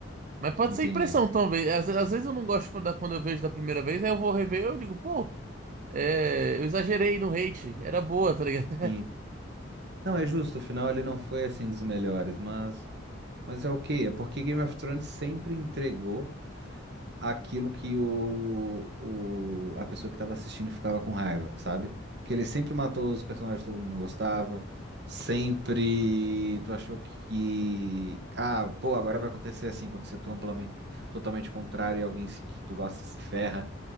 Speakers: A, on the right (about 40°); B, on the right (about 60°).
A: Mas pode
B: Entendi
A: ser impressão,
B: isso.
A: talvez. Às, às vezes eu não gosto quando, quando eu vejo da primeira vez, aí eu vou rever, e eu digo, pô, é, eu exagerei no hate, era boa, tá ligado?
B: Sim. Não, é justo, o final ele não foi assim dos melhores, mas, mas é ok. É porque Game of Thrones sempre entregou aquilo que o, o, a pessoa que tava assistindo ficava com raiva, sabe? Que ele sempre matou os personagens que todo mundo gostava. Sempre tu achou que, que- ah, pô, agora vai acontecer assim, acontecer tu amplamente, totalmente contrário e alguém se- que tu gosta se ferra.